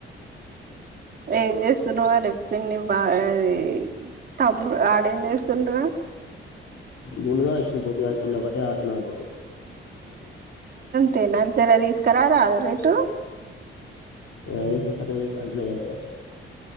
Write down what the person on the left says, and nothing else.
గుండు గాడ్ వచ్చిండు పోద్దుగాల్ చెల్ల ఒకటే ఆడుతుంది ఆన్ తోటి <unintelligible>
చాయ్ తీస్కాస్టేటు పంట లేదు ఏందే